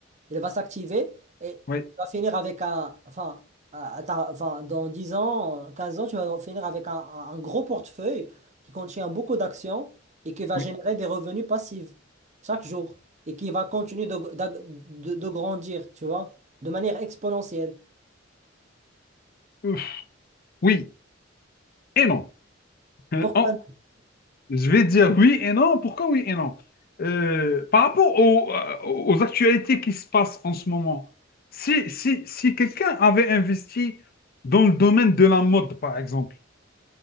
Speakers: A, on the right; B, on the left.
A: il va s'activer et tu
B: Oui,
A: vas finir avec un, enfin, à- à ta- enfin, dans 10 ans, 15 ans, tu vas finir avec un, un- un gros portefeuille qui contient beaucoup d'actions et qui va
B: oui.
A: générer des revenus passifs chaque jour et qui va continuer de, d'ag- de, de grandir, tu vois, de manière exponentielle.
B: Ouf. Oui et non. Euh,
A: Pourquoi
B: en- Je vais dire oui et non. Pourquoi oui et non? Euh, par rapport aux, euh, aux actualités qui se passent en ce moment, si, si, si quelqu'un avait investi dans le domaine de la mode, par exemple,